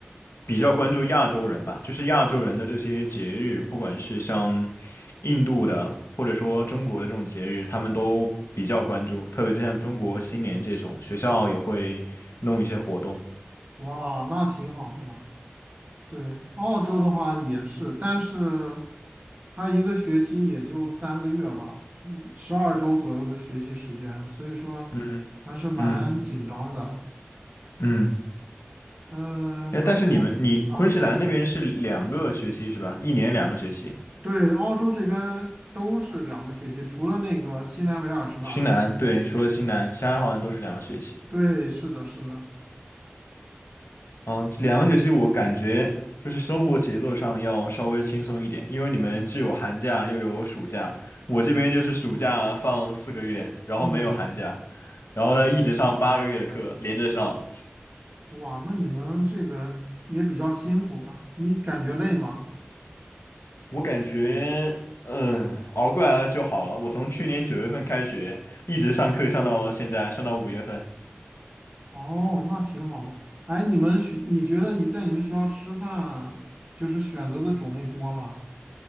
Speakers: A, on the left; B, on the right.
A: 比较关注亚洲人吧，就是亚洲人的这些节日，不管是像印度的，或者说中国的这种节日，他们都比较关注，特别就像中国新年这种，学校也会弄一些活动。
B: 哇，那挺好的呀。对，澳洲的话也是，但是它一个学期也就三个月吧，十二周左右的学习时间，所以说
A: 嗯嗯
B: 还是蛮紧张的。
A: 嗯，
B: 嗯、
A: 哎，
B: 然后啊，
A: 但是你们你昆士兰那边是两个学期是吧？一年两个学期。
B: 对，澳洲这边都是两个学期，除了那个新南威尔士大学是，
A: 新南，对，除了新南，其他好像都是两个学期。
B: 对，是的，是的，
A: 嗯，这两个学期我感觉就是生活节奏上要稍微轻松一点，因为你们既有寒假又有暑假，我这边就是暑假放四个月，然后没有寒假，
B: 嗯，
A: 然后呢一直上八个月的课，连着上，
B: 哇，那你们这个也比较辛苦的，你感觉累吗？
A: 我感觉嗯熬过来了就好了。我从去年九月份开学，一直上课上到现在，上到五月份。
B: 哦，那挺好的。哎，你们学，你觉得你在你们学校吃饭，就是选择的种类多吗？